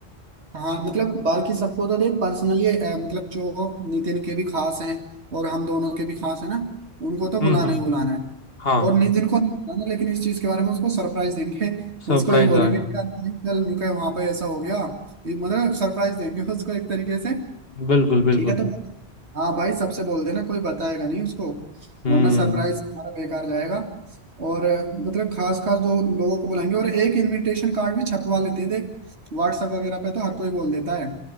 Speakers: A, on the right; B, on the left.
A: हाँ मतलब बाकी सबको तो देख पर्सनली मतलब जो नितिन के भी खास हैं और हम दोनों के भी खास है ना उनको तो बुलाना
B: हम्म हम्म
A: ही बुलाना है
B: हाँ
A: और नितिन को नहीं बुलाना लेकिन इस चीज के बारे में उसको सरप्राइज देंगे
B: सरप्राइज
A: उसको ये बोलेंगे
B: आ जाए।
A: कि यार नितिन, चल उनके वहां पे ऐसा हो गया ये मतलब सरप्राइज देंगे उसको एक तरीके से
B: बिल्कुल बिल्कुल
A: ठीक है तो हाँ भाई सबसे बोल देना कोई बताएगा नहीं उसको
B: हम्म
A: वरना सरप्राइज हमारा बेकार जाएगा और अ, मतलब खास खास दो लोगों को बुलाएंगे और एक इनविटेशन कार्ड भी छपवा लेते हैं देख व्हाट्सएप वगैरह पे तो हर कोई बोल देता है